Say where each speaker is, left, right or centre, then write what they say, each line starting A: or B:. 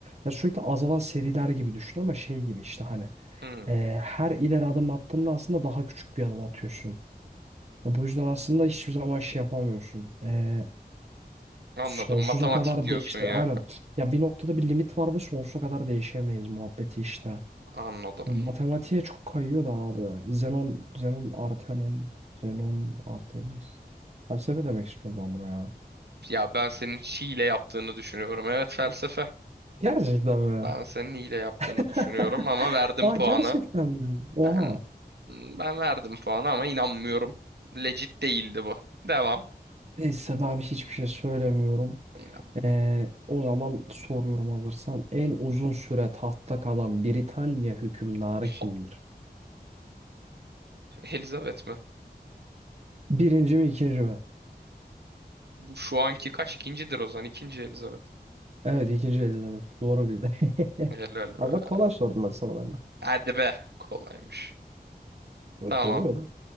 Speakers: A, on the right (about 40°); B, on the right (about 80°).
A: Ya sürekli azalan seriler gibi düşün ama şey gibi işte hani
B: Hmm,
A: e, her ileri adım attığında aslında daha küçük bir adım atıyorsun. Ya bu yüzden aslında hiçbir zaman şey yapamıyorsun. E,
B: anladım.
A: sonsuza
B: Matematik
A: kadar
B: diyorsun
A: değişti.
B: yani.
A: Aynen. Ya bir noktada bir limit var ve sonsuza kadar değişemeyiz muhabbeti işte.
B: Anladım.
A: Yani Matematiğe çok kayıyor da abi. Zenon, Zenon, Artenon, Zenon, Artemis. Felsefe demek istiyorum ben buna ya.
B: Ya ben senin hile yaptığını düşünüyorum. Evet felsefe.
A: Gerçekten mi?
B: Ben senin hile yaptığını
A: <laughs>
B: düşünüyorum ama verdim
A: Aa
B: puanı.
A: gerçekten mi? Oha.
B: Ben ben verdim puanı ama inanmıyorum. Legit değildi bu. Devam.
A: Neyse ben hiçbir şey söylemiyorum.
B: İnan.
A: Ee, o zaman soruyorum hazırsan. En uzun süre tahtta kalan Britanya hükümdarı kimdir?
B: Hop. Elizabeth mi?
A: Birinci mi ikinci mi?
B: Bu şu anki kaç ikincidir o zaman? İkinci Elizabeth.
A: Evet ikinci Elizabeth. Doğru bildin. <laughs>
B: Helal be.
A: Abi bak kolay sordum hadi sana ben de.
B: Hadi be. Kolaymış.
A: Böyle
B: Tamam.
A: kolay olur.